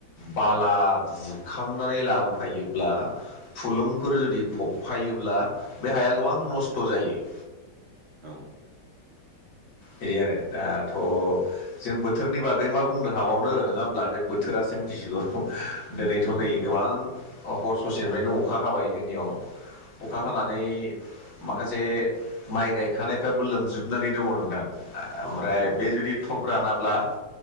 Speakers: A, on the left (about 60°); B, on the right (about 55°).
A: बाला बुखांनानै लाबोफायोब्ला फुलुंफोर जुदि फबफायोब्ला बे हाया गोबां नस्थ' जायो।
B: औ
A: बे आरो दाथ' जों बोथोरनि बागै मा बुंनो हाबावनो नङा होमब्ला बे बोथोरासो मिथिसिगौ। दिनैथ'
B: नंगौ
A: नै गोबां हर ससेनिफ्रायनो अखा हाबाय जोंनियाव अ'खा हानानै
B: औ
A: माखासे माइ गायखानायफ्राबो लोमजोबनानै दङ नोंथां। ओमफ्राय
B: औ
A: बे जुदि थब रानाब्ला